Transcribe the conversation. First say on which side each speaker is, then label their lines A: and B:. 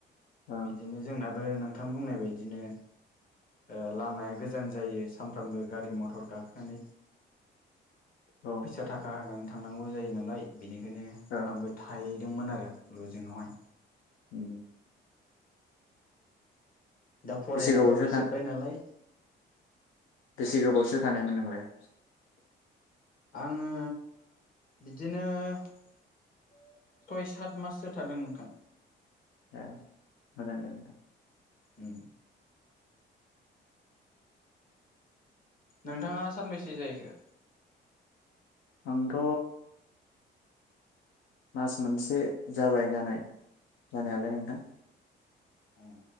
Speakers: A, on the left; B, on the left.
A: ओं
B: बिदिनो जोंनाबो नों थां बुंनाय बायदिनो ओ लामाया गोजान जायो सानफ्रामबो गारि मथर गाखोनानै
A: औ
B: फैसा थाखा होनानै थांनांगौ जायो नालाय बिनिखायनो
A: ओं
B: आंबो थायो मोन आरो लजिंआवहाय
A: उम
B: दा फरायनायफ्राबो
A: बेसे गोबावसो था
B: जोब्बाय नालाय
A: बेसे गोबावसो थानायमोन <inaudible>
B: आङो बिदिनो सय सात माससो थादों नोंथां
A: ए मोजां दे नोंथां
B: उम नोंथाङा सानबैसे जाहैखो
A: आंथ मास मोनसे जाबाय जानाय जानायालाय नोंथां
B: ओ